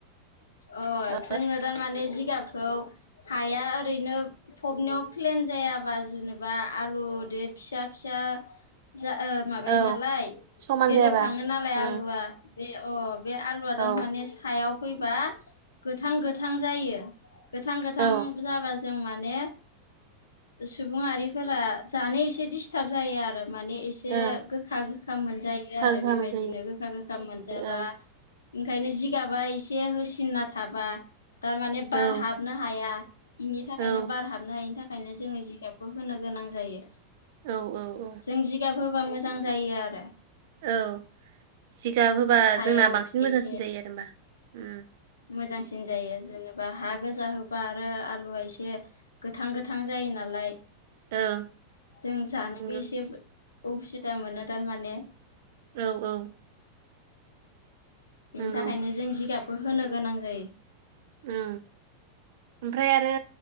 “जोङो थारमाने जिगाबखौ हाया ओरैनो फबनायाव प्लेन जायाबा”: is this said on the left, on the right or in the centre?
Left